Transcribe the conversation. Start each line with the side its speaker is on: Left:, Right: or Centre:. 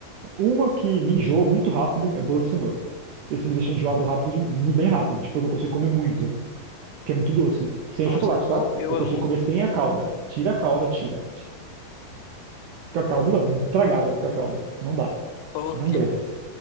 Right: Uma que me enjoa muito rápido é bolo de cenoura. Esse me deixa enjoado rápido, de- bem rápido. Tipo, eu não consigo comer muito, porque é muito doce. Sem
Left: Nossa,
Right: o chocolate,
Left: eu,
Right: tá?
Left: eu
Right: Eu
Left: amo.
Right: consigo comer sem a calda. Tira a calda, tira. Com a calda não, é intragável com a calda. Não dá.
Left: Pô,
Right: Não
Left: que-
Right: desce.